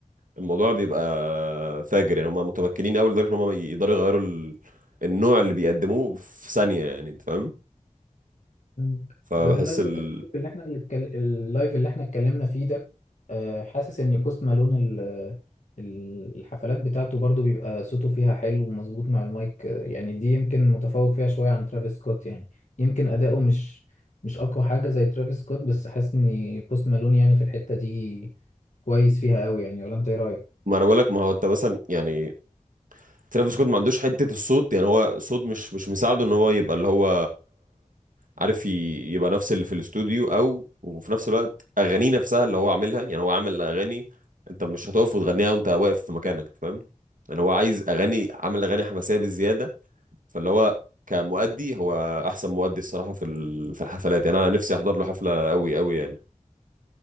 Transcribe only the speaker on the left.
مم.
بمناسبة
اللايف اللي احنا اللي اتكل... اللايف اللي احنا اتكلمنا فيه ده آه، حاسس ان بوست مالون ال... ال- الحفلات بتاعته برضو بيبقى صوته فيها حلو ومظبوط مع المايك آه، يعني دي يمكن متفوق فيها شوية عن ترافيس سكوت يعني يمكن أداؤه مش مش أقوى حاجة زي ترافيس سكوت بس حاسس ان بوست مالون يعني في الحتة دي كويس فيها قوي يعني ولا انت ايه رأيك؟